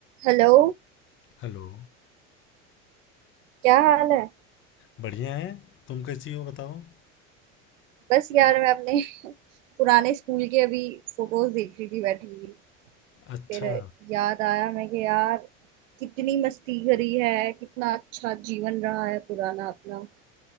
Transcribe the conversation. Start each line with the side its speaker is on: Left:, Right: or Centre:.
Right: Hello
Left: Hello
Right: क्या हाल है
Left: बढ़िया है तुम कैसी हो बताओ
Right: बस यार मैं अपने <laughs> पुराने स्कूल के अभी फोटोज देख रही थी बैठी हुई
Left: अच्छा
Right: फिर याद आया मैं कि यार कितनी मस्ती करी है कितना अच्छा जीवन रहा है पुराना अपना